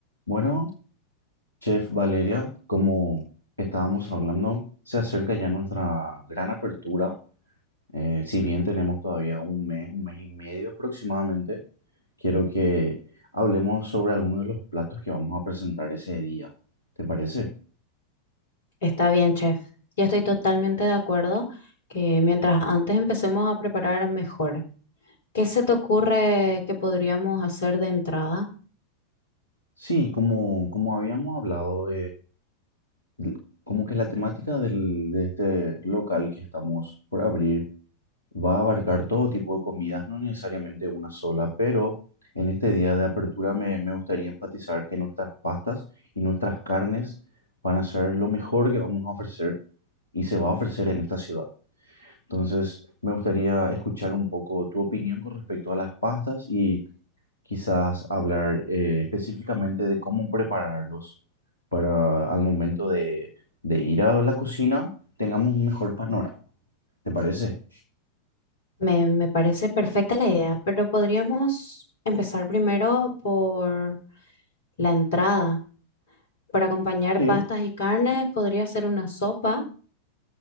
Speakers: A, on the left; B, on the left.
A: Bueno, Chef Valeria, como estábamos hablando, se acerca ya nuestra gran apertura. Eh, si bien tenemos todavía un mes, un mes y medio aproximadamente, quiero que hablemos sobre algunos de los platos que vamos a presentar ese día. ¿Te parece?
B: Está bien, chef. Yo estoy totalmente de acuerdo que mientras antes empecemos a preparar mejor. ¿Qué se te ocurre que podríamos hacer de entrada?
A: Sí, como, como habíamos hablado, l- como que la temática del, de este local que estamos por abrir va a abarcar todo tipo de comidas, no necesariamente una sola, pero en este día de apertura me, me gustaría enfatizar que nuestras pastas y nuestras carnes van a ser lo mejor que vamos a ofrecer y se va a ofrecer en esta ciudad. Entonces, me gustaría escuchar un poco tu opinión con respecto a las pastas y quizás hablar eh, específicamente de cómo prepararlos para al momento de, de ir a la cocina tengamos un mejor panorama. ¿Te parece?
B: Me, me parece perfecta la idea, pero podríamos empezar primero por la entrada. Para acompañar
A: Sí,
B: pastas y carnes, podría ser una sopa.